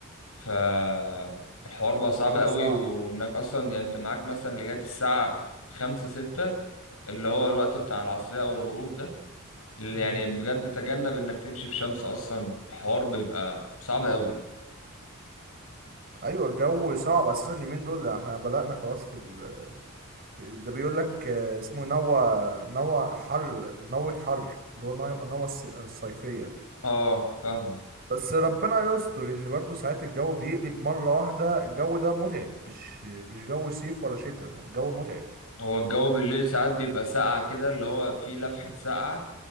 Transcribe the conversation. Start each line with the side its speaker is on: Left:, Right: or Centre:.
Left: فالحوار بقى
Right: الجو
Left: صعب قوي
Right: صعب
Left: وانك اصلا يعني انت معاك مثلا لغايه الساعه خمسة ستة اللي هو الوقت بتاع العصريه او الغروب ده يعني
Right: مم.
Left: بجد تجنب انك تمشي في شمس اصلا الحوار بيبقى صعب قوي
Right: ايوه الجو صعب اساسا اليومين دول احنا بدأنا خلاص في ال... في- ده بيقول لك آه، اسمه نوى نوى حر نوة حر اللي هو نوى نوى الصي- الصيفية
Left: اه فاهمك
Right: بس ربنا يستر ان برضو ساعات الجو بيقلب مرة واحدة الجو ده متعب مش مش جو صيف ولا شتاء الجو متعب
Left: هو الجو بالليل ساعات بيبقى ساقع كده اللي هو فيه لفحه
Right: مم. هو
Left: ساقعه